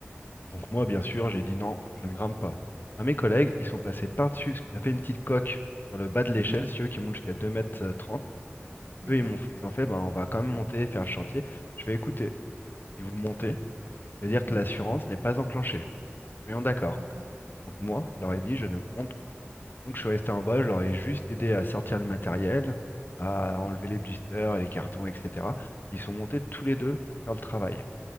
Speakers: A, on the right; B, on the left.
A: Ok.
B: Donc moi, bien sûr, j'ai dit non, je ne grimpe pas. Bah, mes collègues, ils sont passés par-dessus, parce que ça fait une petite coque sur le bas de l'échelle,
A: Mhm.
B: si tu veux, qui monte jusqu'à deux mètres trente
A: D'accord.
B: eux, ils m'ont, f- ils ont fait, bah, on va quand même monter, faire le chantier. Je fais écouter, si vous montez, ça veut dire que
A: Mm,
B: l'assurance n'est pas enclenchée. Soyons d'accord.
A: D'accord.
B: Donc moi,
A: Ouais.
B: je leur ai dit, je ne monte pas. Donc je suis resté en bas, je leur ai juste aidé à sortir le matériel, à
A: Mm,
B: enlever les blisters, les cartons, etc. Ils sont montés tous les deux pour faire le travail.